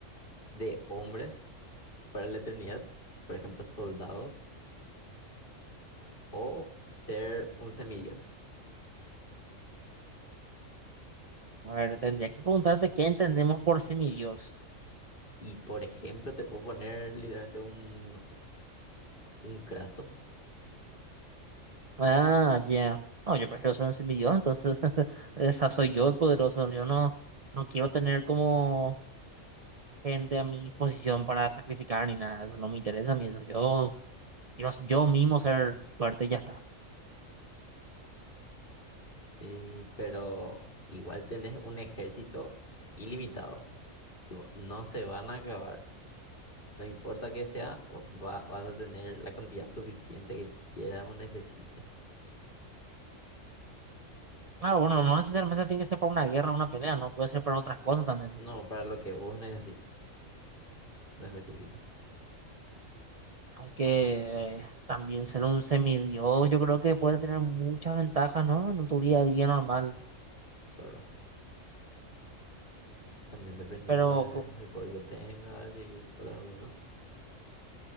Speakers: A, on the left; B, on the right.
A: de hombres para la eternidad, por ejemplo, soldados, o ser un semidios.
B: A ver, tendría que preguntarte qué entendemos por semidios.
A: Y por ejemplo, te puedo poner literalmente un, no sé, un Kratos,
B: Ah, ya. No, yo prefiero ser un semidios, entonces <laughs> esa soy yo el poderoso. Yo no, no quiero tener como gente a mi disposición para sacrificar ni nada. Eso no me interesa a mí. Eso yo quiero yo mismo ser fuerte y ya está.
A: y- pero igual tenés un ejército ilimitado. Tipo, no se van a acabar. No importa que sea, o- va- vas a tener la cantidad suficiente que quieras o necesites.
B: Claro, bueno, no necesariamente tiene que ser para una guerra, una pelea, no puede ser para otras cosas también.
A: No, para lo que vos necesites. No específica,
B: Aunque eh, también ser un semidios, yo creo que puede tener muchas ventajas, ¿no? En tu día a día normal.
A: claro. También dependiendo
B: Pero
A: del poder que tengas y otras cosas.